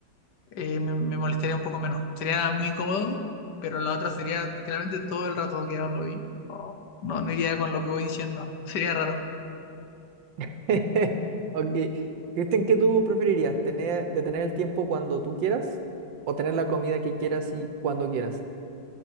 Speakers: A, on the left; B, on the right.
A: eh, me, me molestaría un poco menos. Sería muy incómodo, pero la otra sería literalmente todo el rato que hablo y no, no, no iría con lo que voy diciendo. <laughs> Sería raro.
B: que- <laughs> Ok. Cristian, ¿qué tú preferirías? ¿Tener, detener el tiempo cuando tú quieras o tener la comida que quieras y cuando quieras?